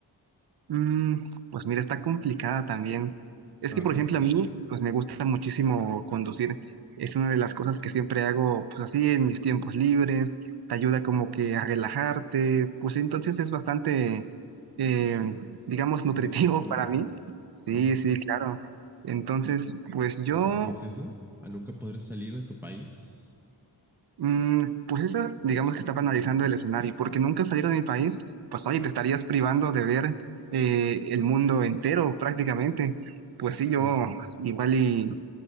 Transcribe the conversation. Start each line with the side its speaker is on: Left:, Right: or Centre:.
Right: Mm, pues mira, está complicada también. Es
Centre: Ajá,
Right: que, por ejemplo,
Centre: sí,
Right: a mí,
Centre: sí.
Right: pues me gusta muchísimo conducir. Es una de las cosas que siempre hago, pues así, en mis tiempos libres. Te ayuda como que a relajarte. Pues sí, entonces es bastante, eh, digamos, nutritivo
Centre: satisfactorio.
Right: <laughs> para mí. Sí,
Centre: Ajá.
Right: sí, claro. Entonces, pues yo
Centre: ¿Preferirías eso? ¿A nunca poder salir de tu país?
Right: Mm, pues esa, digamos que estaba analizando el escenario, porque nunca salir de mi país, pues oye, te estarías privando de ver eh, el mundo entero prácticamente. Pues sí, yo
Centre: Ujú.
Right: igual y